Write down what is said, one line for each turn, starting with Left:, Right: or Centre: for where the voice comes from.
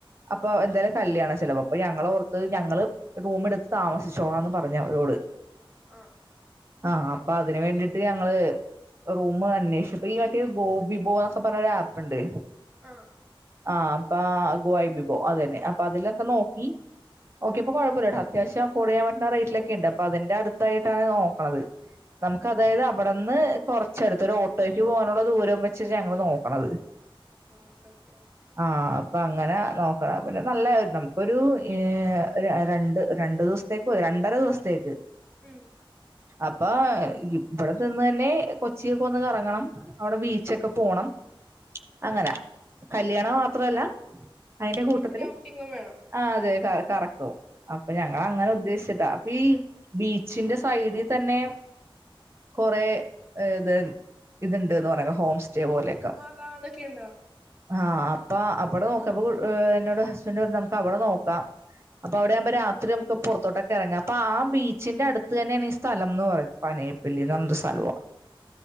Right: അപ്പൊ
Centre: ആണല്ലേ
Right: എന്തായാലും കല്ല്യാണ ചിലവ് അപ്പ ഞങ്ങളോർ ത്ത് ഞങ്ങള് റൂമെടുത്ത് താമസിച്ചോളാംന്ന് പറഞ്ഞവരോട്.
Centre: ആ
Right: ആ അപ്പൊ അതിന് വേണ്ടിട്ട് ഞങ്ങള് റൂം അന്വേഷിപ്പ ഈ മറ്റേ ഗോബിബോ ന്നൊക്കെ പറഞ്ഞൊരാപ്പ്ണ്ട്.
Centre: ആ
Right: ആ അപ്പ ഗ്വായിബിബോ അതന്നെ അപ്പൊ അതിലൊക്കെ നോക്കി നോക്കിയപ്പൊ കൊഴപ്പല്ലട്ടോ അത്യാവശ്യം അഫോർഡ് ചെയ്യാൻ പറ്റുന്ന റേറ്റിലൊക്കെണ്ട് അപ്പൊ അതിന്റെ അടുത്തായിട്ടാണ് നോക്കണത് നമുക്ക് അതായത് അവിടന്ന് കൊറച്ചടുത്ത് ഒരു ഓട്ടോയ്ക്ക് പോകാനുള്ള ദൂരം വെച്ചിട്ട് ഞങ്ങള് നോക്കണത്.
Centre: ഓക്കെ ഓക്കെ
Right: ആ അപ്പങ്ങനെ നോക്കണം പിന്നെ നല്ല നമുക്കൊരു ഏ എ ഒരു രണ്ട് രണ്ടു ദിവസത്തേക്ക് മതി രണ്ടര ദിവസത്തേക്ക്
Centre: ഉം
Right: അപ്പൊ ഇവിടെ നിന്ന് തന്നെ കൊച്ചിയെക്കെ ഒന്ന് കറങ്ങണം അവിടെ ബീച്ചൊക്കെ പോണം അങ്ങനെ കല്ല്യാണം മാത്രല്ല അതിന്റെ കൂട്ടത്തില്
Centre: ഇച്ചിരി ഔട്ടിങ്ങും വേണം
Right: ആ അതെ കറക് അപ്പൊ ഞങ്ങ അങ്ങനെ ഉദ്ദേശിച്ചിട്ടാ അപ്പൊ ഈ ബീച്ചിന്റെ സൈഡിൽ തന്നെ കൊറേ ഇത് ഇത്ണ്ട്ന്ന് പറഞ്ഞ ഹോം സ്‌റ്റേ റ്റേ പോലക്കെ
Centre: അതാ അതൊക്കെയുണ്ടോ
Right: ആ ആ അപ്പ അവിടെ നോക്കിയപ്പോ ഏ എന്നോട് ഹസ്ബന്റ് പറഞ്ഞു നമുക്ക് അവിടെ നോക്കാം അപ്പൊ അവിടെയാവുമ്പോ രാത്രിനമുക്ക് പുറത്തോട്ടൊക്കെ ഇറങ്ങാം ആ ബീച്ചിന്റെ അടുത്തതന്നെയാണ് ഈ സ്ഥലം എന്ന് പറഞ്ഞത് പനയപ്പല്ലിന്ന് പറഞ്ഞൊരു സ്ഥലവാ